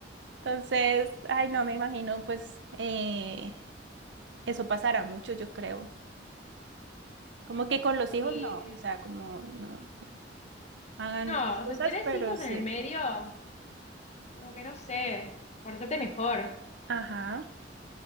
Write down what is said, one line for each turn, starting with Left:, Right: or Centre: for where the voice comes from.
Right: entonces, ay, no me imagino, pues eh, eso pasará mucho, yo creo. Como que con los hijos
Left: Y
Right: no,
Left: mm,
Right: o sea, como no. hagan
Left: no,
Right: otras
Left: o
Right: cosas,
Left: sea, si tenés
Right: pero
Left: hijos en
Right: sí.
Left: el medio, como que no sé, portate mejor,
Right: Ajá,